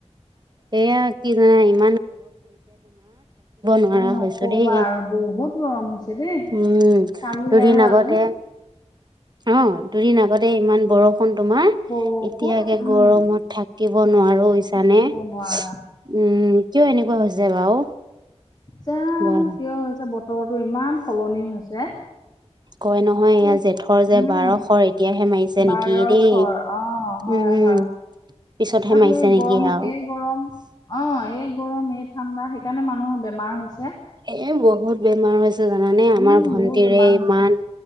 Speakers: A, on the right; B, on the left.
A: এয়া কি জানা ইন নোৱাৰা
B: ত নকবা
A: হৈছো দেই
B: আৰু বহুত গৰম হৈছে দেই।
A: উম
B: কালি
A: দুদিন
B: আৰু
A: আগতে
B: আজি।
A: অ' দুদিন আগতে ইমান বৰষুণ তোমাৰ।
B: বৰষুণ
A: এতিয়া একে
B: উম
A: গৰমত থাকিব নোৱা নোৱাৰো হৈছানে।
B: থাকিব
A: উম,
B: নোৱাৰা।
A: কিয় এনেকুৱা হৈছে বাৰু?
B: জানো?
A: বা
B: কিয় হৈছে, বতৰটো ইমান সলনি হৈছে।
A: কয় নহয় এয়া
B: উম,
A: জেঠৰ যে বাৰশৰ এতিয়াহে মাৰিছে
B: বাৰশৰ।
A: নেকি দেই
B: অ, 'হয়,
A: উম উম
B: হয়।
A: পিছতহে
B: আ
A: মাৰিছে
B: সেই
A: নেকি
B: গৰম,
A: আৰু
B: এই গৰম অ এই গৰম এই ঠাণ্ডা সেই সেইকাৰণে মানুহৰ বেমাৰ হৈছে।
A: এ বহুত বেমাৰ হৈছে। জানানে আমাৰ
B: উম,
A: ভন্টিৰে
B: বহুত বেমাৰ হৈছে।
A: ইমান